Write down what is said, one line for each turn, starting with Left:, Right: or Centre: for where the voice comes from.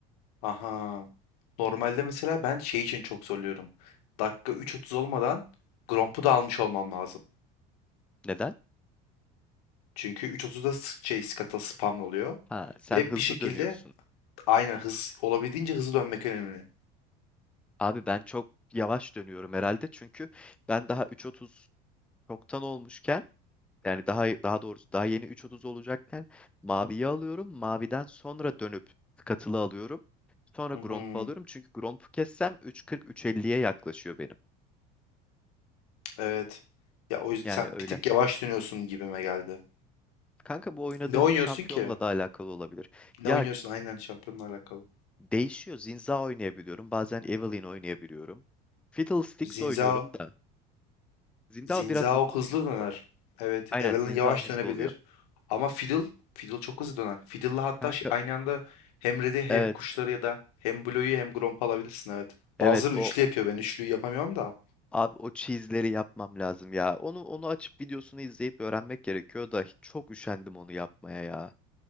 Left: Aha. Normalde mesela ben şey için çok zorluyorum. Dakika 3.30 olmadan Gromp'u da almış olmam lazım.
Centre: Neden?
Left: Çünkü 3.30'da s- şey Scuttle spamlı oluyor.
Centre: Ha, sen
Left: Ve
Centre: hızlı
Left: bir şekilde
Centre: dönüyorsun.
Left: aynı hız olabildiğince hızlı dönmek önemli.
Centre: Abi ben çok yavaş dönüyorum herhalde çünkü ben daha 3.30 çoktan olmuşken Yani daha daha doğrusu daha yeni üç otuz olacakken maviyi alıyorum. Maviden sonra dönüp katılı alıyorum. Sonra
Left: Hı
Centre: Gromp'u
Left: hı,
Centre: alıyorum. Çünkü Gromp'u kessem 3.40-3.50'ye yaklaşıyor benim.
Left: evet. Ya o yüzden
Centre: Yani
Left: sen
Centre: öyle.
Left: bir tık yavaş dönüyorsun gibime geldi.
Centre: Kanka bu oynadığım
Left: Ne oynuyorsun
Centre: şampiyonla
Left: ki?
Centre: da alakalı olabilir.
Left: Ne
Centre: Ya
Left: oynuyorsun? Aynen şampiyonla alakalı.
Centre: değişiyor. Zinza oynayabiliyorum. Bazen Evelynn oynayabiliyorum. Fiddlesticks
Left: Zinzao.
Centre: oynuyorum da. Zinza
Left: Zinzao
Centre: biraz hızlı
Left: hızlı
Centre: oluyor
Left: döner.
Centre: bu arada.
Left: Evet.
Centre: Aynen
Left: Evelynn
Centre: Zinza
Left: yavaş
Centre: hızlı
Left: dönebilir.
Centre: oluyor.
Left: Ama Fiddle. Fiddle çok hızlı döner. Fiddle'la hatta
Centre: Kanka
Left: ş- aynı anda hem Red'i hem
Centre: evet.
Left: kuşları ya da hem Blue'yu hem Gromp'u alabilirsin evet.
Centre: Evet
Left: Bazıları
Centre: o
Left: üçlü yapıyor. Ben üçlüyü yapamıyorum da.
Centre: Abi o cheese'leri yapmam lazım ya. Onu onu açıp videosunu izleyip öğrenmek gerekiyor da hiç- çok üşendim onu yapmaya ya.